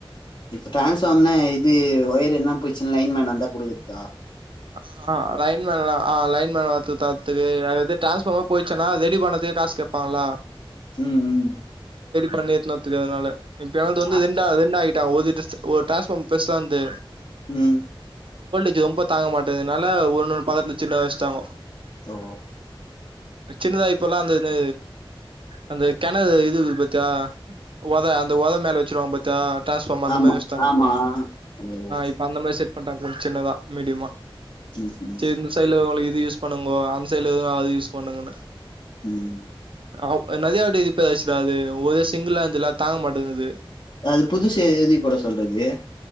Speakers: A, on the left; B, on the right.
A: இப்ப டிரான்ஸ்ஃபார்ம்னா இது ஒயர் என்னா போய்ச்சுனா லைன்மேன் வந்தா குடுக்கதுக்கா
B: ஆ ஆ லைன்மேன ஆ லைன்மேன் வரதுக் தரதுக்கு எது டிரான்ஸ்ஃபாமரே போயிச்சுனா ரெடி பண்ணதுக்கு காசு கேப்பாங்ளா
A: ம் ம்
B: பண்ணித்னா தெரியாதனால எப்பயாது வந்து
A: ஆ
B: இதென்ன ரெண்டு ஆகிட்டா ஒரு டிரஸ் டிரான்ஸ்ஃபார்மர் பெர்சார்ந்து
A: ம்
B: இது ரொம்ப தாங்க மாட்டேதுனால ஒன்னொண்ணு பக்கத்துல சின்னது வச்ட்டாங்கோ
A: ஆ
B: சின்னதா இப்பலா அந்திது அந்த கெணறு இது இக்கு பாத்யா ஒத அந்த ஒத மேல வச்ருவாங் பாத்யா டிரான்ஸ்ஃபார்ம் அந்த
A: ஆமா
B: மாரி வெச்ட்டாங்க
A: ஆமா
B: இப்போ
A: ஓ
B: இப்ப அந்த மாரி செட் பண்ட்டாங்க கொஞ்ச சின்னதா மீடியமா
A: ம் ம்
B: சரி இந்த சைடுல ஒளகிது இது யூஸ் பண்ணுங்கோ அந்சைடுல எத அது யூஸ் பண்ணுங்கனு
A: ம்
B: ஆ நறைய வாட்டி ரிப்பேர் ஆயிச்சுடா ஆது ஒரே சிங்கிலா இருக்துல்ல தாங்க மாட்டங்குது
A: அது புதுசு எழுதி போட சொல்றது